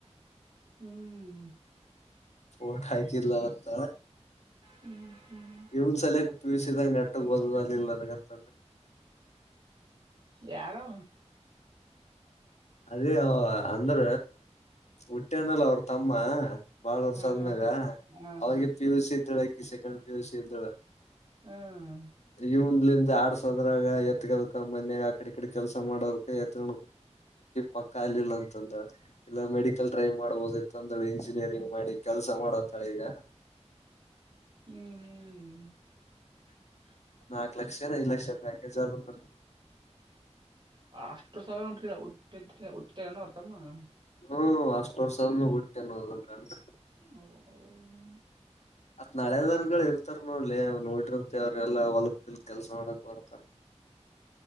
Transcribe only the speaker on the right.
ಹ್ಮ್
ಹ್ಮ್ ಹ್ಮ್
ಯಾರು
ಹ್ಮ್
ಹ್ಮ್ ಹ್ಮ್
ಹ್ಮ್
ಹ್ಮ್
ಹ್ಮ್ ಹ್ಮ್ ಹ್ಮ
ಅಷ್ಟು ಸಲ ಉ ಉತನೋ ಹೊರ್ತಮ್ಮ <unintelligible>
ಅಬ್ಬಾಬಬಬಾ